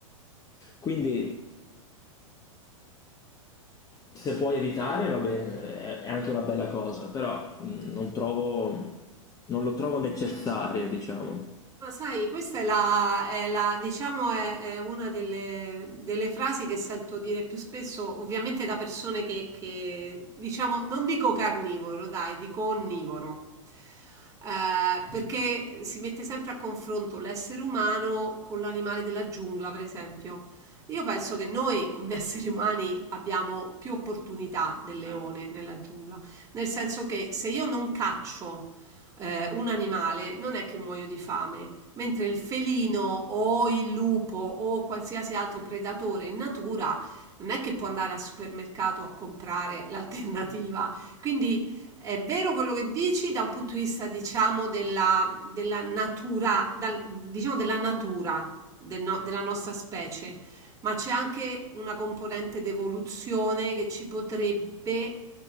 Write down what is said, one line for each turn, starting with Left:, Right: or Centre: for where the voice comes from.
Left: Quindi se puoi evitare, va bene, è anche una bella cosa, però mh, non trovo, non lo trovo necessario, diciamo,
Right: Ma sai, questa è la, è la- diciamo, è, è una delle, delle frasi che sento dire più spesso, ovviamente da persone che, che, diciamo, non dico carnivoro, dai, dico onnivoro, Eh, perché si mette sempre a confronto l'essere umano con l'animale della giungla, per esempio. Io penso che noi, come <laughs> esseri umani, abbiamo più opportunità del leone nella giungla, nel senso che se io non caccio, eh, un animale, non è che muoio di fame mentre il felino o il lupo o qualsiasi altro predatore in natura non è che può andare al supermercato a comprare <laughs> l'alternativa. Quindi è vero quello che dici da un punto di vista, diciamo, della, della natura, dal- diciamo della natura del no- della nostra specie, ma c'è anche una componente d'evoluzione che ci potrebbe